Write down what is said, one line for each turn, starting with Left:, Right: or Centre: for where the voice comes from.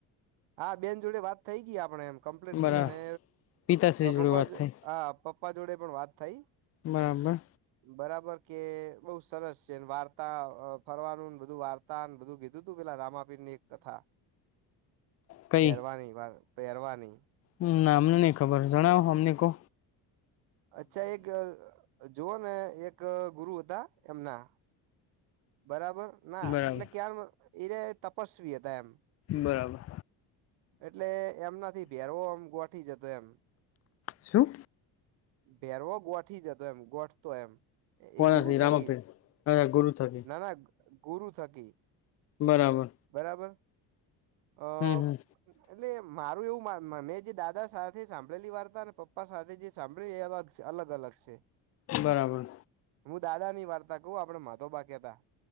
Right: હા બેન જોડે વાત થઈ ગઈ આપણેે એમ. કમ્પ્લીટલી
Left: બરાબર
Right: અને
Left: પિતાશ્રી જોડે
Right: પપ્પા
Left: વાત થઈ
Right: હા પપ્પા જોડે પણ વાત થઈ.
Left: બરાબર.
Right: બરાબર કે બઉુ સરસ છે. વાર્તા ફરવાનુંને બધું વાર્તા બધું કીધું તું પેલા રામાપીર. ની એક કથા
Left: કઈ
Right: પહેરવાની પહેરવાની.
Left: હમ ના અમને નહી ખબર જણાવો અમને કો.
Right: અચ્છા એક જુઓ ને એક ગુરુ હતા એમના બરાબર ના
Left: બરાબર
Right: એટલે ક્યા એક. તપસ્વી હતા એમ
Left: બરાબર
Right: એટલે એમનાથી ભેરવોમ ગોઠી જતા. તો એમ
Left: શું.
Right: ભેરવો ગોઠી જતો એમ ગોઠતો એમ.
Left: કોનાથી
Right: એ ગુરુ થકી
Left: રામાપીર
Right: જ
Left: અચ્છા ગુરુ થકી
Right: ના ના ગુરુ થકી
Left: બરાબર
Right: બરાબર અ
Left: હમ હમ
Right: એટલે મારું એવું મેં જે દાદા સાથે સાંભળેલી વાર્તાઓ અને પપ્પા સાથે જે સાંભળ્યું એ અલગ અલગ અલગ છે.
Left: બરાબર.
Right: હું દાદા ની વાર્તા કહું આપડે માધો બા‌ કેતા હતા.